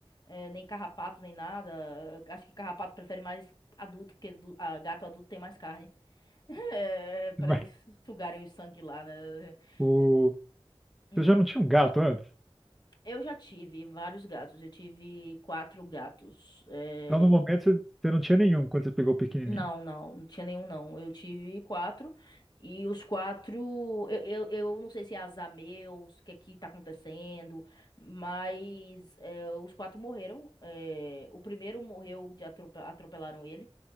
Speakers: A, on the left; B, in the centre.
A: É, nem carrapato, nem nada. Eu Acho que carrapato prefere mais adulto, porque du- ah, gato adulto tem mais carne. <laughs> É, pra
B: Mas
A: eles sugarem o sangue lá, né?
B: o...
A: É, Hum.
B: Você já não tinha um gato antes?
A: Eu já tive vários gatos. Eu tive quatro gatos. É,
B: Então, no momento, você você não tinha nenhum quando você pegou o pequenininho.
A: Não, não, não tinha nenhum não. Eu tive quatro e os quatro, eu, eu, eu não sei se é azar meu, o que é que tá acontecendo, mas é, os quatro morreram. É, o primeiro morreu de atrope- atropelaram ele.